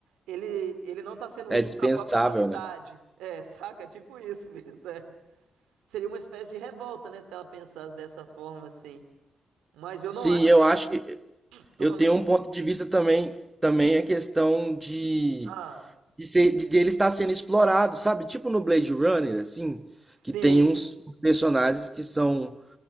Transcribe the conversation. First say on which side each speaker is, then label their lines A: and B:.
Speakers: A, on the right; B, on the right.
A: ele ele não está sendo
B: É
A: útil
B: dispensável,
A: para a própria humanidade.
B: né?
A: É, saca? Tipo isso mesmo, é. Seria uma espécie de revolta, né, se ela pensasse dessa forma assim. Mas eu
B: Sim,
A: não acho
B: eu
A: que seja
B: acho que
A: totalmente
B: eu tenho um
A: impossível.
B: ponto de vista também, também a questão de,
A: Ah,
B: de, ser, de dele estar sendo explorado, sabe? Tipo no Blade Runner, assim,
A: sim,
B: que tem uns personagens que são